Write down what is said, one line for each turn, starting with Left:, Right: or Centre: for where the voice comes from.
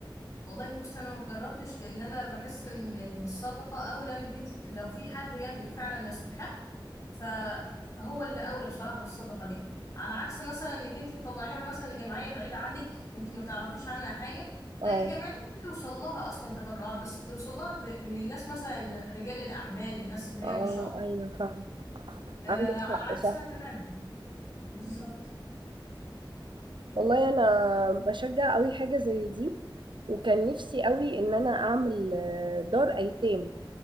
Left: والله بص انا ما جربتش لان انا بحس ان الصدقه اولى انك انت لو في حد جنبك فعلا يستحق فهو اللي اولى بصراحه بالصدقه دي على عكس مثلا انك انت تطلعيها مثلا لجمعيه بعيده عنك وانت ما تعرفيش عنها حاجه
Right: اه
Left: لا الجمعيه ممكن توصل لها اصلا تبرعات بس توصل لها ب- من الناس مثلا رجال الاعمال الناس اللي
Right: اه
Left: هي ما شاء الله
Right: ايوه فاهمة
Left: آه
Right: عندك
Left: على
Right: حق
Left: عكسها
Right: صح
Left: تماما بالظبط
Right: والله انا بشجع قوي حاجه زي دي وكان نفسي قوي ان انا اعمل آه، دار ايتام